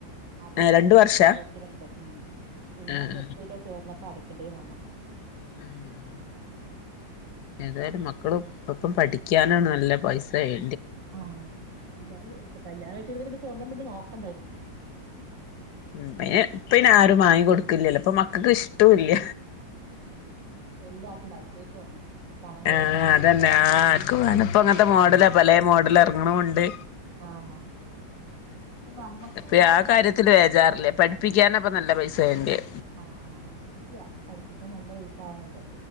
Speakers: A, on the right (about 65°); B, on the left (about 65°).
A: അറുപത്തഞ്ചും
B: ആഹ് രണ്ട് വർഷാ
A: അറുപത്തിരണ്ടും ഉ പിന്നെ
B: ആഹ്
A: മുപ്പര ചേർന്നപ്പോ അടക്ക ണ്ട വന്ന
B: ഉം ഏതായാലും
A: നമ്മള്
B: മക്കളും ഇപ്പം പഠിക്കാനാണ് നല്ല പൈസയെ
A: ആഹ് കല്യാണം കല്ലിയാണം കഴിചോര് സ്വർണ്ണം പിന്നെ നോക്ക
B: ഉ പിെ ഇപ്പന്നെ ആരും വാങ്ങി കൊടുക്കല്ലല്ലോ ഇപ്പൊ മക്കൾക്ക് ഇഷ്ടവല്ല
A: എല്ലാർക്കു ലൈറ്റ് വൈറ്റ് മതി കനം കുറേ
B: ആഹ
A: നൂല്
B: അതന്നെ
A: പോലത്തെ
B: ആ ആർക്ക് വേണ ഇപ്പ അങ്ങനത്തെ മോഡല പല മോഡൽ ഇറങ്ങണുണ്ട്
A: ആഹ നമ്മക്ക്
B: ഇപ്പ ആ കാര്യത്തില് ബേജാറില്ല
A: ഇഷ്ട
B: പഠിപ്പിക്കാനാപ്പ നല്ല പൈസ വേണ്ടിയെ
A: ആ ശരിയാ പഠിപ്പിക്കാൻ നല്ല വീസ ആവുന്നുണ്ട്